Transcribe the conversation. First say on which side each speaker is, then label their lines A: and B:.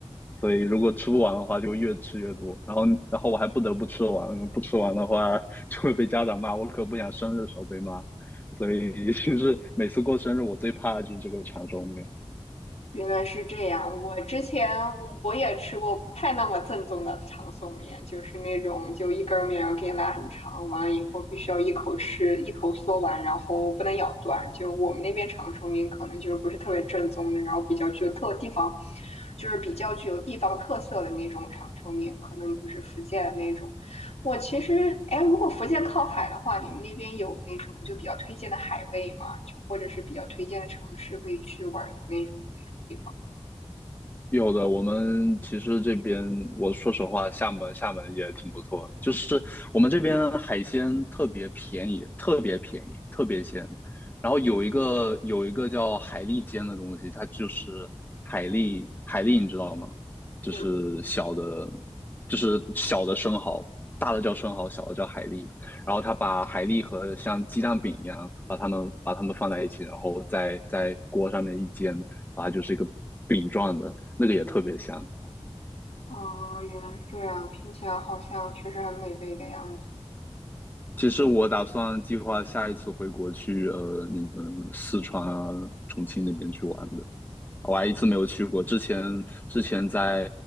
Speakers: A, on the left; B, on the left.
A: 所以如果吃不完的话，就越吃越多，然后然后我还不得不吃完，因为不吃完的话 <laughs> 就会被家长骂，我可不想生日的时候被骂，所以其是每次过生日我最怕的就是这个长寿面。
B: 原来是这样。我之前我也吃过不太那么正宗的长寿面，就是那种就一根儿面，然后给你拉很长，完了以后必须要一口吃，一口嗦完，然后不能咬断。就我们那边长寿面可能就是不是特别正宗的，然后比较具有特地方，就是比较具有地方特色的那种长寿面，可能不是福建的那种。我其实，哎，如果福建靠海的话，你们那边有那种就比较推荐的海味吗？就或者是比较推荐的城市可以去玩儿的那种那种地方？
A: 有的，我们其实这边，我说实话，厦门厦门也挺不错，就是我们这边海鲜特别便宜，特别便宜，特别鲜。然后有一个有一个叫海蛎煎的东西，它就是海蛎，海蛎你知道吗？就是小的，
B: 我
A: 就是小的生蚝，大的叫生蚝，小的叫海蛎。然后他把海蛎和像鸡蛋饼一样，把它们把它们放在一起，然后在在锅上面一煎。啊，就是一个饼状的，那个也特别香。
B: 哦，原来是这样，听起来好像确实很美味的样子。
A: 其实我打算计划下一次回国去呃你们四川啊、重庆那边去玩的，我还一次没有去过。之前之前在